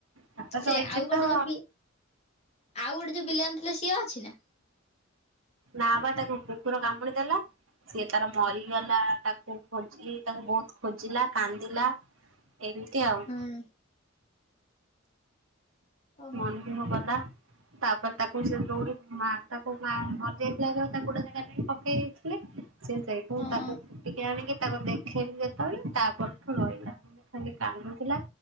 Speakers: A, on the right; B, on the left.
A: ତାପରେ
B: ସେ
A: ରହିଛି
B: ଆଉ ଗୋଟେ
A: ତ।
B: ଯୋଉ ବି ଆଉ ଗୋଟେ ଯୋଉ ବିଲାଇ ଆଣିଥିଲ ସିଏ ଅଛି ନା?
A: ନା ବା ତାକୁ କୁକୁର କାମୁଡି ଦେଲା। ସିଏ ତାର ମରିଗଲା। ତାକୁ ଖୋଜି ତାକୁ ବହୁତ ଖୋଜିଲା କାନ୍ଦିଲା। ଏମତି ଆଉ।
B: ହୁଁ ଓହୋ
A: ମନଦୁଃଖ କଲା। ତାପରେ ତାକୁ ତାକୁ ସିଏ ଯୋଉଠି ମା ତାକୁ ମା ମରିଯାଇଥିଲା ଯେତେବେଳେ ତାକୁ ଗୋଟେ ଜେଗାରେ ନେଇ କି ପକେଇ ଦେଇଥି ଲେ, ସେ ସେଇଠୁ
B: ହଁ
A: ତାକୁ <unintelligible> ଆଣିକି ତାକୁ ଦେଖ ଦେଖେଇଲୁ ଯେତେବେଳେ ତା ପରଠୁ ରହିଲା। ମାନେ ଖାଲି କାନ୍ଦୁଥିଲା।